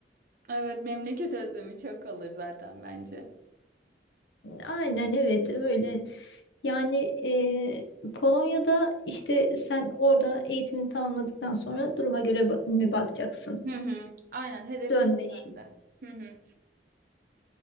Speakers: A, on the right; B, on the left.
A: Evet memleket özlemi çok olur zaten bence.
B: Aynen evet öyle. Yani e, Polonya'da işte sen orada eğitimini tamamladıktan sonra duruma göre ba- mi bakacaksın?
A: Hı hı. Aynen hedefim
B: Dönme
A: o
B: işi.
A: bende. Hı hı.